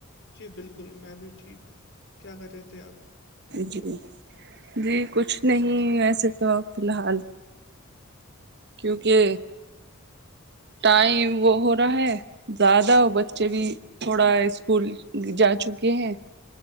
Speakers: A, on the left; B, on the right.
A: جی بالکل میں بھی ٹھیک کیا کر رہے تھے آپ
B: جی جی کچھ نہیں ویسے تو اپ فی الحال کیونکہ ٹائم وہ ہو رہا ہے زیادہ ہو بچے بھی تھوڑا اسکول جا چکے ہیں